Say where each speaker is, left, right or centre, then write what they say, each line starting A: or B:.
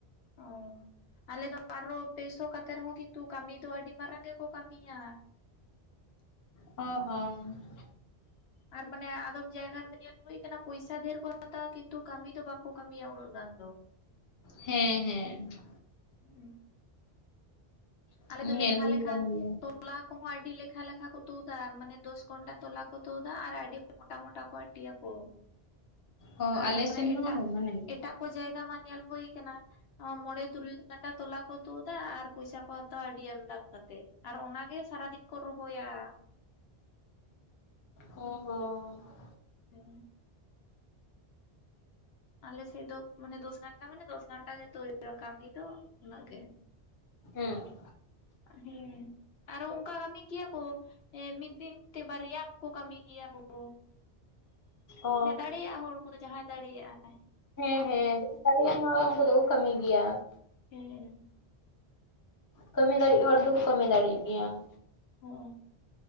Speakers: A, on the left; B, on the left.
A: ᱚ ᱟᱞᱮ ᱫᱚ ᱟᱨᱚ ᱯᱮᱥᱚ ᱠᱟᱛᱮ ᱨᱮᱦᱚᱸ ᱠᱤᱱᱛᱩ ᱠᱟᱹᱢᱤ ᱫᱚ ᱟᱹᱰᱤ ᱢᱟᱨᱟᱝ ᱜᱮᱠᱚ ᱠᱟᱹᱢᱤᱭᱟ ᱾ <inaudible>
B: ᱦᱚᱸ ᱦᱚᱸ ᱾
A: ᱟᱨ ᱢᱟᱱᱮ ᱟᱫᱚᱢ ᱡᱟᱭᱜᱟ ᱨᱮᱫᱚ ᱧᱮᱞ ᱦᱳ ᱟᱠᱟᱱᱟ ᱯᱚᱭᱥᱟᱹ ᱰᱷᱮᱨ ᱠᱚ ᱦᱟᱛᱟᱣᱟ, ᱠᱤᱱᱛᱩ ᱠᱟᱹᱢᱤ ᱫᱚ ᱵᱟᱠᱚ ᱠᱟᱹᱢᱤᱭᱟ ᱩᱱᱟᱹᱜ ᱜᱟᱱ ᱫᱚ ᱾ <inaudible>
B: ᱦᱮᱸ ᱦᱮᱸ ᱾
A: ᱦᱩᱸ ᱾ <inaudible>
B: ᱦᱩᱸ, ᱧᱮᱞ ᱦᱩᱭ
A: ᱞᱮᱠᱷᱟ
B: ᱠᱟᱱ ᱜᱮᱭᱟ ᱾
A: ᱛᱚᱞᱟ ᱠᱚᱦᱚᱸ ᱟᱹᱰᱤ ᱞᱮᱠᱷᱟ ᱞᱮᱠᱷᱟ ᱠᱚ ᱛᱩᱫᱟ ᱢᱟᱱᱮ ᱫᱚᱥ ᱜᱚᱱᱰᱟ ᱛᱚᱞᱟ ᱠᱚ ᱛᱩᱫᱟ ᱟᱨ ᱟᱹᱰᱤ ᱢᱚᱴᱟ ᱢᱚᱴᱟ ᱠᱚ ᱟᱹᱴᱤᱭᱟᱠᱚ ᱾
B: ᱚ
A: ᱟᱨ
B: ᱟᱞᱮ
A: ᱵᱟᱝ
B: ᱥᱮᱱ ᱦᱚᱸ
A: ᱮᱴᱟᱜ
B: ᱢᱟᱱᱮ
A: ᱮᱴᱟᱜ ᱡᱟᱭᱜᱟ ᱢᱟ ᱧᱮᱞ ᱦᱩᱭ ᱟᱠᱟᱱᱟ ᱢᱚᱲᱮ ᱛᱩᱨᱩᱭ ᱜᱷᱚᱱᱴᱟ ᱛᱚᱞᱟ ᱠᱚ ᱛᱩᱫᱟ ᱟᱨ ᱯᱚᱭᱥᱟ ᱠᱚ ᱦᱟᱛᱟᱣᱟ ᱟᱹᱰᱤ ᱟᱢᱫᱟ ᱠᱟᱛᱮ ᱟᱨ ᱚᱱᱟ ᱜᱮ ᱥᱟᱨᱟ ᱫᱤᱱ ᱠᱚ ᱨᱚᱦᱚᱭᱟ ᱾
B: ᱚ ᱦᱚᱸ ᱾
A: ᱦᱮᱸ ᱾ ᱟᱞᱮ ᱥᱮ ᱫᱚ ᱢᱟᱱᱮ ᱫᱚᱥ ᱜᱟᱱᱰᱟ ᱢᱟᱱᱮ ᱫᱚᱥ ᱜᱟᱱᱰᱟ ᱜᱮ ᱛᱩᱫ ᱠᱟᱹᱢᱤ ᱫᱚ ᱚᱱᱟ ᱜᱮ
B: ᱦᱮᱸ ᱾
A: ᱦᱮᱸ, ᱟᱨᱚ ᱚᱱᱠᱟ ᱠᱟᱹᱢᱤ ᱜᱮᱭᱟ ᱠᱚ, ᱦᱮᱸ ᱢᱤᱫ ᱫᱤᱱ ᱛᱮ ᱵᱟᱨᱭᱟ ᱦᱚᱸᱠᱚ ᱠᱟᱹᱢᱤ ᱜᱮᱭᱟ ᱠᱚ ᱾
B: ᱚ
A: ᱮ ᱫᱟᱲᱮᱭᱟᱜᱼᱟ ᱦᱚᱲ ᱠᱚ ᱫᱚ ᱡᱟᱦᱟᱸᱭ ᱫᱟᱲᱮᱭᱟᱜᱼᱟᱭ ᱾
B: ᱦᱮᱸ ᱦᱮᱸ, ᱡᱟᱦᱟᱸ ᱫᱟᱲᱮᱭᱟᱱ ᱦᱚᱲ ᱩᱱᱠᱩ ᱫᱚᱠᱚ ᱠᱟᱹᱢᱤ ᱜᱮᱭᱟ ᱾
A: ᱦᱮᱸ ᱾
B: ᱠᱟᱹᱢᱤ ᱫᱟᱲᱮᱜ ᱦᱚᱲ ᱫᱚᱠᱚ ᱠᱟᱹᱢᱤ ᱫᱟᱲᱮᱜ ᱜᱮᱭᱟ ᱾
A: ᱦᱚᱸ᱾